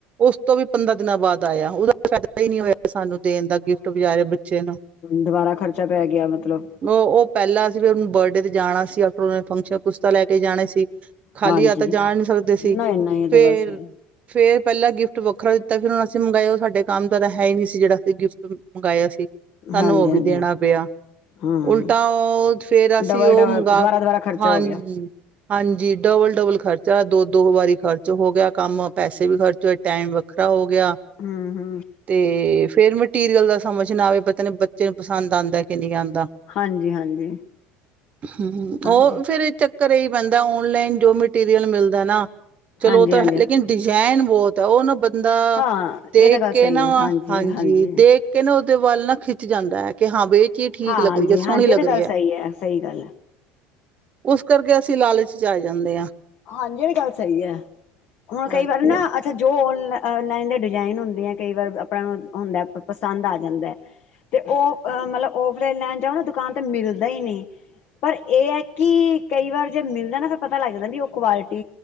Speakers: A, on the right; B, on the left.
A: ਉਸ ਤੋ ਵੀ ਪੰਦਰਾਂ ਦਿਨਾਂ ਬਾਦ ਆਯਾ, ਉਦਾ ਕੋਈ ਫੈਦਾ ਈ ਨੀ ਹੋਯਾ ਸਾਨੂੰ ਦੇਨ ਦਾ ਗਿਫ਼ਟ ਵਿਚਾਰੇ ਬੱਚੇ ਨੂੰ
B: ਦੁਵਾਰਾ ਖਰਚਾ ਪੈ ਗੇਆ ਮਤਲਬ
A: ਓ-ਓ ਪੈਲਾ ਸੀ ਫਿਰ ਓਨੂੰ ਬਰਡੇ ਤੇ ਜਾਨਾ ਸੀ, <unintelligible> ਓਨਾਂ ਨੇ ਫੰਕਸ਼ਨ ਕੁਛਤਾ ਲੈ ਕੇ ਜਾਨਾ ਈ ਸੀ ਖਾਲੀ
B: ਹਾਂਜੀ,
A: ਹਾੱਥ ਤਾ ਜਾ ਨੀ ਸਕਦੇ ਸੀ
B: ਨਹੀਂ-ਨਹੀਂ ਇਹ
A: ਫੇਰ
B: ਤਾਂ ਗੱਲ ਸਹੀ ਹੈ।
A: ਫੇਰ ਪੈਲਾ ਗਿਫਟ ਵੱਖਰਾ ਦਿੱਤਾ, ਫੇਰ ਹੁਨ ਅਸੀ ਮੰਗਾਯਾ ਓ ਸਾਡੇ ਕਾੰਮ ਦਾ ਤਾ ਹੈ ਈ ਨੀ ਸੀ, ਜੇੜਾ ਅਸੀ ਗਿਫਟ ਮ ਮੰਗਾਯਾ ਸੀ। ਸਾਨੂੰ
B: ਹਾਂਜੀ-ਹਾਂਜੀ
A: ਓ ਵੀ ਦੇਣਾ ਪੇਆ
B: ਹੂੰ,
A: ਉਲਟਾ ਓ ਫੇਰ ਅਸੀ
B: ਡਬਲ-ਡਬਲ
A: ਓ ਮੰਗਾ
B: ਦੁਬਾਰਾ-ਦੁਬਾਰਾ ਖਰਚਾ
A: ਹਾਂਨ
B: ਹੋ ਗਿਆ
A: ਹਾਂਜੀ, ਡਵਲ-ਡਵਲ ਖਰਚਾ ਦੋ-ਦੋ ਵਾਰੀ ਖਰਚ ਹੋ ਗੇਆ ਕਾੰਮ, ਪੈਸੇ ਵੀ ਖਰਚ ਹੋਏ। ਟਾਈਮ ਵੱਖਰਾ ਹੋ ਗਿਆ
B: ਹਮ-ਹ
A: ਤੇ ਫੇਰ ਮਟੀਰੀਅਲ ਦਾ ਸਮਝ ਨਾ ਆਵੇ ਪਤਾ ਨੀ ਬੱਚੇ ਨੂੰ ਪਸੰਦ ਆਂਦਾ ਕਿ ਨੀ ਆਂਦਾ।
B: ਹਾਂਜੀ-ਹਾਂਜੀ,
A: ਹਮ
B: ਹਾਂਜੀ,
A: ਔ ਫੇਰ ਏ ਚ ਘਰੇ ਹੀ ਪੈਂਦਾ ਔਨਲਾਈਨ ਜੋ ਮਟੀਰੀਅਲ ਮਿਲਦਾ ਏ ਨਾ ਚਲੋ
B: ਹਾਂਜੀ-ਹਾਂਜੀ
A: ਔ ਤਾਂ ਲੇਕਿਨ ਡਿਜਾਇਨ ਬੋਤ ਅ ਔ ਨਾ ਬੰਦਾ
B: ਹਾਂ
A: ਦੇਖ
B: ਇਹ ਤਾਂ ਗੱਲ
A: ਕੇ
B: ਸਹੀ
A: ਨਾ
B: ਹੈ ਹਾਂਜੀ-ਹਾਂਜੀ,
A: ਹਾਂਜੀ ਦੇਖ ਕੇ ਉਦੇ ਵੱਲ ਨਾ ਖਿੱਚ ਜਾਂਦਾ ਐ। ਕਿ ਹਾਂ ਬਈ ਏ ਚੀਜ਼ ਠੀਕ
B: ਹਾਂਜੀ-ਹਾਂਜੀ
A: ਲੱਗ ਰੀ ਐ ਸੋਣੀ ਲੱਗ
B: ਇਹ ਤਾਂ
A: ਰੀ
B: ਗੱਲ
A: ਐ
B: ਸਹੀ ਹੈ ਸਹੀ ਗੱਲ ਹੈ,
A: ਉਸ ਕਰਕੇ ਅਸੀਂ ਲਾਲਚ 'ਚ ਆਂ ਜਾਂਦੇ ਆਂ।
B: ਹਾਂਜੀ ਏ ਵੀ ਗੱਲ ਸਈ ਐ ਹੁਨ
A: ਹਾਂਜੀ,
B: ਕਈ ਵਾਰੀ ਨਾ ਇੱਥੇ ਜੋ ਔਨਲਾਈਨ ਦੇ ਡਿਜ਼ਾਇਨ ਹੁੰਦੇ ਏ ਕਈ ਵਾਰ ਆਪਣਾ ਨੂੰ ਹੁੰਦਾ ਪਸੰਦ ਆ ਜਾਂਦਾ।
A: <inaudible>
B: ਤੇ ਔ ਮਤਲਬ ਔਫਲਾਈਨ ਲੈਨ ਜਾਓ ਨਾ ਦੁਕਾਨ ਤੇ ਮਿਲਦਾ ਈ ਨੀ। ਪਰ ਏ ਕਿ ਕਈ ਵਾਰ ਜੇ ਮਿਲਦਾ ਨਾ ਫੇਰ ਪਤਾ ਲੱਗ ਜਾਂਦਾ ਵੀ ਔ ਕੁਆਲਿਟੀ